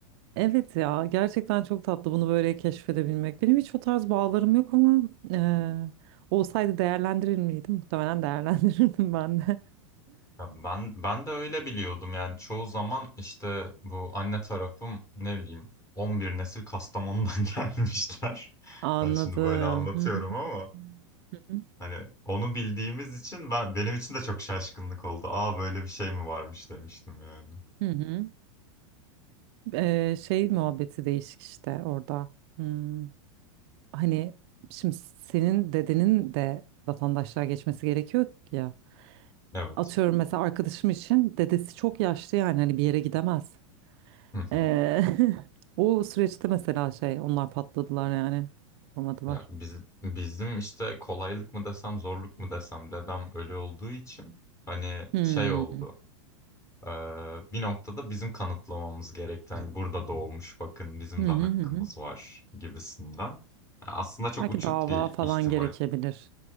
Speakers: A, on the right; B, on the left.
A: Evet ya gerçekten çok tatlı bunu böyle keşfedebilmek. Benim hiç o tarz bağlarım yok ama eee, olsaydı değerlendirir miydim? Muhtemelen değerlendirirdim ben de.
B: Ya ben ben de öyle biliyordum yani çoğu zaman işte bu anne tarafım ne bileyim 11 nesil Kastamonu'dan <laughs> gelmişler.
A: <laughs> Anladım.
B: Yani şimdi böyle anlatıyorum
A: Hı hı.
B: ama
A: Hı hı.
B: hani onu bildiğimiz için ben benim için de çok şaşkınlık oldu. Aa böyle bir şey mi varmış demiştim yani.
A: Hı Eee, şey muhabbeti değişik işte orada. Hmm. Hani şimdi senin dedenin de vatandaşlığa geçmesi gerekiyor ya.
B: Evet.
A: Atıyorum mesela arkadaşım için dedesi çok yaşlı yani hani bir yere gidemez.
B: Hı hı.
A: Ee, <laughs> o süreçte mesela şey onlar patladılar yani. Yapamadılar.
B: Ya biz, bizim işte kolaylık mı desem zorluk mu desem dedem ölü olduğu için hani
A: Hmm.
B: şey oldu. Ee, bir noktada bizim kanıtlamamız gereken hani, burada doğmuş bakın bizim
A: Hı
B: de
A: hı
B: hakkımız
A: hı. hı.
B: var gibisinden. Yani aslında çok
A: Belki
B: uçuk
A: dava
B: bir
A: falan
B: ihtimal.
A: gerekebilir.